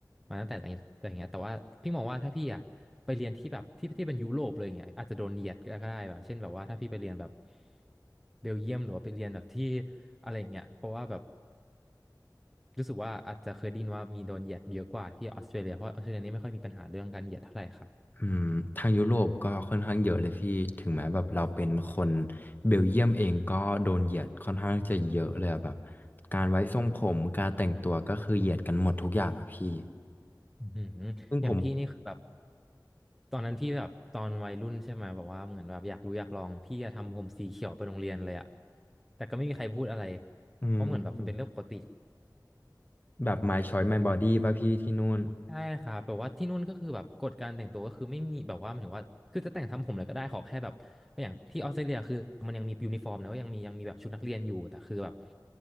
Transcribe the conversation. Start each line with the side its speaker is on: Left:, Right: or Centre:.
Centre: มาตั้งแต่อะแต่อย่างเงี้ยแต่ว่าพี่มองว่าถ้าพี่อ่ะไปเรียนที่แบบที่ที่เป็นยุโรปเลยอย่างเงี้ยอาจจะโดนเหยียดก็ได้แบบเช่นแบบว่าถ้าพี่ไปเรียนแบบเบลเยียมหรือว่าไปเรียนแบบที่อะไรอย่างเงี้ยเพราะว่าแบบรู้สึกว่าอาจจะเคยได้ยินว่ามีโดนเหยียดเยอะกว่าที่ออสเตรเลียเพราะออสเตรเลียนี่ไม่ค่อยมีปัญหาเรื่องการเหยียดเท่าไหร่ครับ
Left: อืมทางยุโรปก็ค่อนข้างเยอะเลยพี่ถึงแม้แบบเราเป็นคนเบลเยียมเองก็โดนเหยียดค่อนข้างจะเยอะเลยอะแบบการไว้ทรงผมการแต่งตัวก็คือเหยียดกันหมดทุกอย่างอะพี่
Centre: อืมอย่างพี่นี่คือแบบ
Left: ซึ่งผม
Centre: ตอนนั้นพี่แบบตอนวัยรุ่นใช่ไหมแบบว่าเหมือนแบบอยากรู้อยากลองพี่จะทำผมสีเขียวไปโรงเรียนเลยอะแต่ก็ไม่มีใครพูดอะไร
Left: อื
Centre: เพราะเหมือนแบบมันเป็นเรื่องปกติ
Left: มแบบ my choice my body ป่ะพี่ที่นู่น
Centre: ใช่ครับแบบว่าที่นู่นก็คือแบบกฎการแต่งตัวก็คือไม่มีแบบว่าหมายถึงว่าคือจะแต่งทำผมอะไรก็ได้ขอแค่แบบอย่างที่ออสเตรเลียคือมันยังมียูนิฟอร์มนะว่ายังมียังมีแบบชุดนักเรียนอยู่แต่คือแบบ